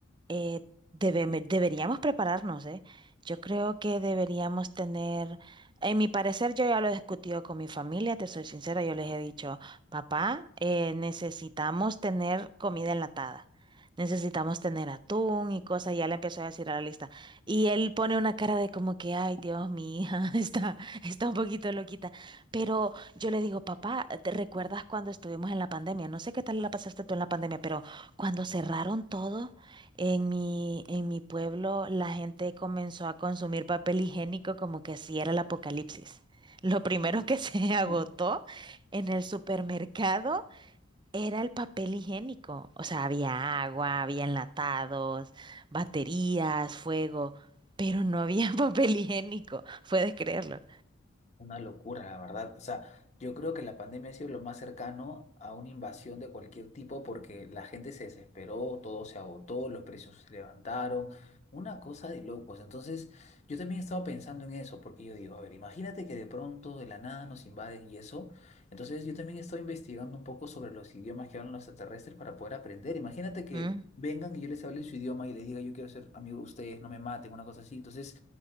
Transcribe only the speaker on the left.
<laughs>
Una locura, la verdad. O sea, yo creo que la pandemia ha sido lo más cercano a una invasión de cualquier tipo porque la gente se desesperó, todo se agotó, los precios se levantaron, una cosa de locos. Entonces, yo también estaba pensando en eso porque yo digo, a ver, imagínate que de pronto, de la nada, nos invaden y eso. Entonces, yo también estoy investigando un poco sobre los idiomas que hablan los extraterrestres para poder aprender. Imagínate que
vengan y yo les hable en su idioma y les diga, yo quiero ser amigo de ustedes, no me maten, una cosa así. Entonces,